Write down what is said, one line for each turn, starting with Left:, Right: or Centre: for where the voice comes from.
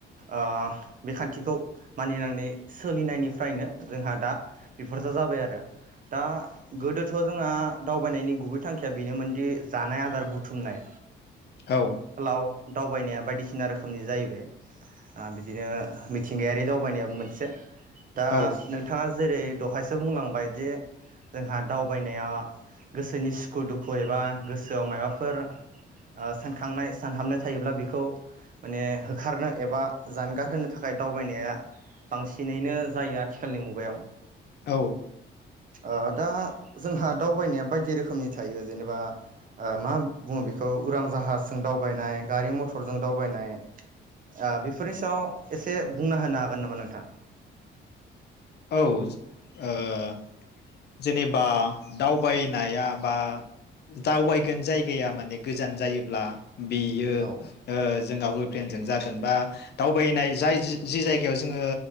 Right: ओह बे खान्थिखौ मानिनानै सोलिनायनिफ्रायनो जोंहा दा बेफोरजा जाबाय आरो। दा गोदोथ' जोंहा दावबायनायनि गुबै थांखिया बेनोमोनदि जानाय आदार बुथुमनाय।
Left: औ।
Right: औ दावबायनाया बायदिसिना रोखोमनि जाहैबाय आह बिदिनो मिथिंगायारि दावबायनायाबो मोनसे
Left: औ
Right: दा नोंथाङा जे जेरै दहायसो बुंलांबायजे जोंहा दावबायनाया गोसोनि सुखु दुखु एबा गोसोआव मायबाफोर ओह सानखांनाय सानहाबनाय थायोब्ला बेखौ माने होखारनो एबा जानगार होनो थाखाय दावबायनाया बांसिनैनो जायो आथिखालनि मुगायाव।
Left: औ।
Right: ओह दा जोंहा दावबायनाया बायदि रोखोमनि थायो जेनेबा ओह मा बुङो बेखौ उरां जाहाजजों दाव बायनाय गारि मथरजों दावबायनाय। ओह बेफोरनि सायाव एसे बुंना होनो हागोन नामा नोंथाङा?
Left: औ जे ओह जेनेबा दावबायनाया बा दावबायगोन जायगाया माने गोजान जायोब्ला बियो
Right: औ
Left: ओह जोंना उरुप्लेनजों जागोन बा दावबायनाय जाय जि-जि जायगायाव जोङो